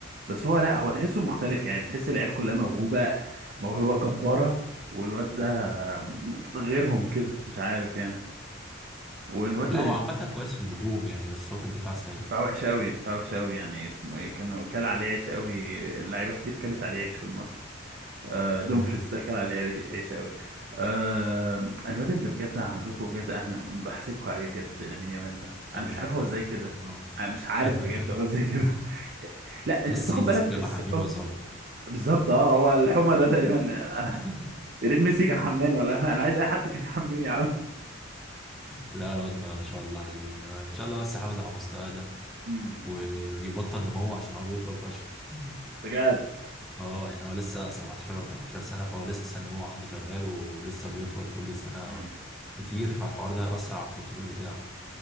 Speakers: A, on the right (about 50°); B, in the centre.
A: بس هو لا هو تحسه مختلف يعني بتحس العيال كلها موهوبة موهبة جبارة والواد ده آم، غيرهم كده مش عارف يعني والواد
B: لا هو عامة كويس في الهجوم يعني بس هو في الدفاع سيء
A: دفاع
B: يعني
A: وحش قوي دفاع وحش قوي يعني اسمه ايه كان كل عليه عيش قوي اللعيبة كتير كلت عليه عيش في الماتش آه، دومفريس
B: امم
A: ده كان عليه عيش عيش قوي آه، الواد اللي بجد عندكم بجد أهم- بحسدكوا عليه بجد لامين يامال ده انا
B: عمال
A: مش عارف هو
B: طبعا
A: ازاي كده
B: آه.
A: انا مش عارف
B: <laughs>
A: بجد هو ازاي كده <laughs> لا انت
B: ميسي
A: بتاخد
B: ميسي
A: بالك
B: جاب
A: الثقة
B: حبيبي وهو صغير
A: بالظبط اه هو الحمى
B: <laughs>
A: ده تقريبا انا <laughs> يا ريت ميسي كان حملاني ولا <laughs> انا عايز اي حد كان يحميني يا عم
B: لا الواد ما شاء الله عليه يعني أنا ان شاء الله بس يحافظ على مستواه ده
A: امم
B: ويبطل نمو عشان هو بيطول فشخ <laughs>
A: بجد
B: اه يعني هو لسه 17 ولا 18 سنة فهو لسه النمو عنده شغال ولسه بيطول كل سنة
A: امم
B: كتير فالحوار ده هيأثر على الكنترول بتاعه